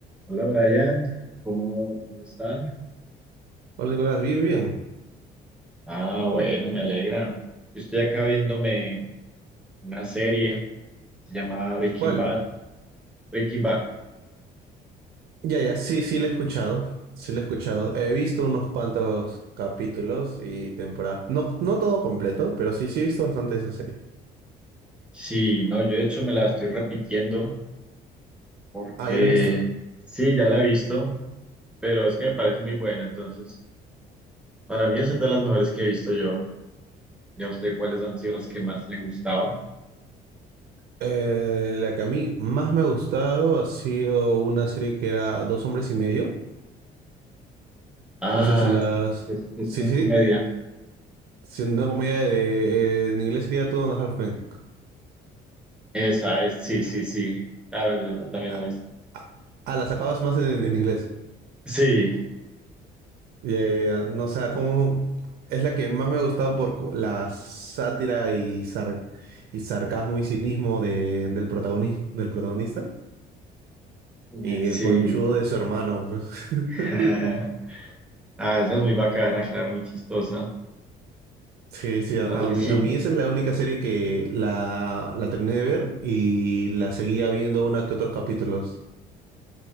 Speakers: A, in the centre; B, on the right.
A: Hola Brian, ¿cómo, cómo está?
B: Hola Nicolás, bien, bien.
A: Ah, bueno, me alegra. Yo estoy acá viéndome una serie llamada Breaking
B: ¿Cuál?
A: Bad. Breaking Bad.
B: Ya, ya, sí, sí, la he escuchado. Sí, la he escuchado. He visto unos cuantos capítulos y temporadas. No, no todo completo, pero sí, sí he visto bastante de esa serie.
A: Sí, no, yo de hecho me la estoy repitiendo porque
B: Ah, ¿ya la has visto?
A: sí, ya la he visto, pero es que me parece muy buena. Entonces, para mí esa es de las mejores que he visto yo. ¿Y a usted cuáles han sido las que más le han gustado?
B: Eh, la que a mí más me ha gustado ha sido una serie que era Dos hombres y medio.
A: Ah,
B: No sé si las...
A: que es, que
B: Sí,
A: es una
B: sí.
A: comedia.
B: Sí, una comedia de... eh, en inglés sería Two and a Half Men.
A: Esa es, sí, sí, sí. Claro, yo la- también
B: Ah,
A: la he visto.
B: ah, ah, las acabas más en en inglés.
A: Sí,
B: Ya, ya, ya. No, o sea, como es la que más me ha gustado por cu- la sátira y, sar- y sarcasmo y cinismo de, del protagonista, del protagonista
A: eh,
B: y
A: sí.
B: el conchudo de su hermano. pues.
A: <laughs>
B: <laughs>
A: Ah, esa es muy bacana, claro, muy chistosa.
B: Sí, sí, a
A: Charlie
B: a mí,
A: Sheen.
B: a mí esa es la única serie que la, la terminé de ver y la seguía viendo una que otros capítulos.